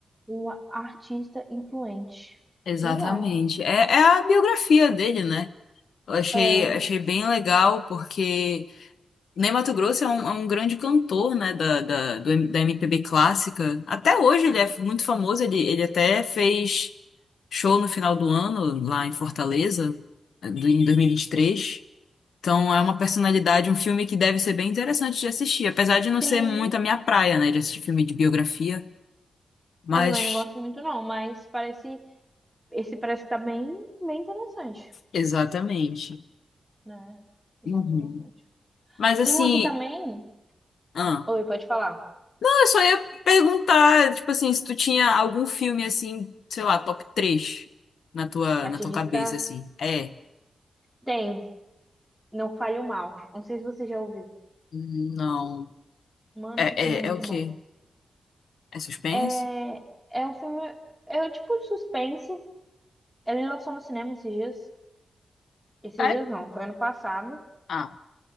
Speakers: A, in the centre; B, on the left.
A: uma artista influente.
B: exatamente.
A: Legal.
B: É, é a biografia dele, né? Eu achei,
A: É.
B: achei bem legal, porque Ney Matogrosso é um, é um grande cantor, né, da, da, do M- da MPB clássica. Até hoje ele é f- muito famoso, ele, ele até fez show no final do ano, lá em Fortaleza, eh, do- em 2023. Então é uma personalidade, um filme que deve ser bem interessante de assistir, apesar de não
A: Sim,
B: ser muito a minha praia, né, de assistir filme de biografia. Mas,
A: eu também não gosto muito não, mas parece, esse parece que tá bem, bem interessante,
B: exatamente.
A: né? Eu
B: Uhum.
A: gosto bastante.
B: Mas assim.
A: Tem um aqui também.
B: ah.
A: Oi, pode falar.
B: Eu só ia perguntar, tipo assim, se tu tinha algum filme assim, sei lá, top 3 na tua,
A: Vai
B: na
A: te
B: tua
A: indicar?
B: cabeça, assim. É?
A: Tem. Não Fale o Mal. Não sei se você já ouviu.
B: Hum, Não.
A: Mano,
B: É,
A: esse filme é muito
B: é, é o quê?
A: bom.
B: É suspense?
A: É, é um filme. É um tipo de suspense. Ele lançou no cinema esses dias. Esses
B: É?
A: dias não, foi ano passado.
B: Ah,